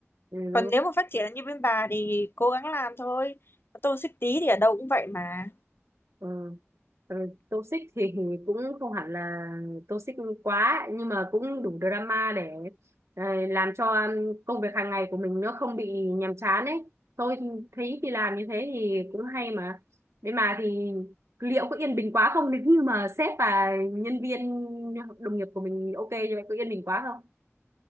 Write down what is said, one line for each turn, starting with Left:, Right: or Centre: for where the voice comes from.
Right: Ừ,
Left: Còn nếu mà phát triển như bên bà thì cố gắng làm thôi. Tôi xích tí thì ở đâu cũng vậy mà.
Right: Ờ, ờ, toxic thì cũng không hẳn là toxic quá nhưng mà cũng đủ drama để ờ, làm cho um, công việc hàng ngày của mình nó không bị nhàm chán ấy tôi thấy thì làm như thế thì cũng hay mà nhưng mà thì liệu có yên bình quá không nếu như mà sếp và nhân viên đồng nghiệp của mình ok như vậy có yên bình quá không